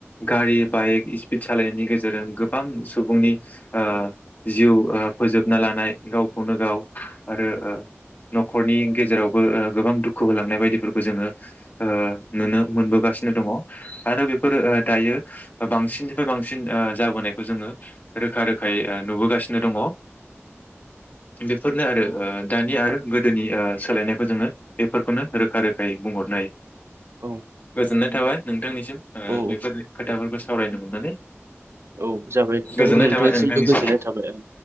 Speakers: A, on the left; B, on the right.
A: गारि बाइक स्पिड सालायनायनि गेजेरजों गोबां सुबुंनि ओ जिउ ओ फोजोबना लानाय गावखौनो गाव आरो ओ न'खरनि गेजेरावबो ओ गोबां दुखु होलांनाय बायदिब्लाबो जोङो ओ मोनो मोनबोगासिनो दङ। आरो बेफोरो ओ दायो बांसिननिफ्राय बांसिन ओ जाबोनायखौ जोङो रोखा रोखायै ओ नुबोगासिनो दङ बेफोरनो आरो ओ दानि आरो ओ गोदोनि सोलायनायखौ जोङो बेफोरखौनो रोखा रोखायै बुंहरनाय
B: औ
A: गोजोननाय थाबाय नोंथांनिसिम ओ
B: औ
A: बेफोर खोथाफोरखौ सावरायनो मोननानै
B: औ जाबाय नोंथां
A: गोजोननाय
B: नोंथांनिसिमबो
A: थाबाय नोंथांनिसिम।
B: गोजोननाय थाबाय ओं।